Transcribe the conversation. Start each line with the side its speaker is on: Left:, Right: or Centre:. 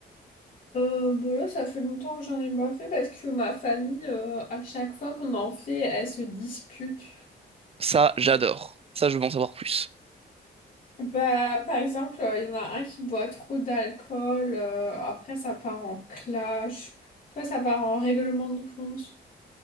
Left: Euh, bon là, ça fait longtemps que j'en ai pas fait parce que ma famille, euh, à chaque fois qu'on en fait, elle se dispute.
Right: Ça, j'adore. Ça, je veux en savoir plus.
Left: Bah, par exemple, euh, il y en a un qui boit trop d'alcool, euh, après ça part en clash, soit ça part en règlement de compte.